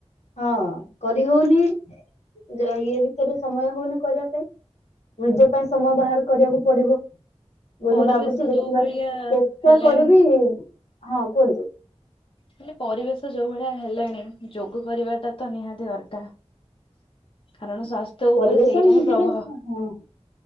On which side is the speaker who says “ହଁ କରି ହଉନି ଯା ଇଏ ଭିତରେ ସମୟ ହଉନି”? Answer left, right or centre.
Left